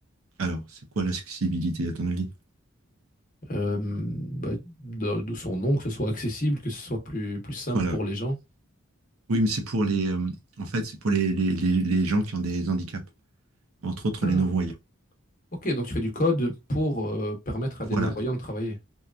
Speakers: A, on the right; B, on the left.
A: Alors, c'est quoi l'accessibilité, à ton avis?
B: euh, bah, de, de son nom, que ce soit accessible, que ce soit plus, plus simple
A: Voilà.
B: pour les gens.
A: Oui, mais c'est pour les, euh, en fait, c'est pour les, les, les, les gens qui ont des handicaps, entre autres
B: Ah,
A: les non-voyants.
B: ok, donc tu fais du code pour euh, permettre
A: Voilà.
B: à des non-voyants de travailler.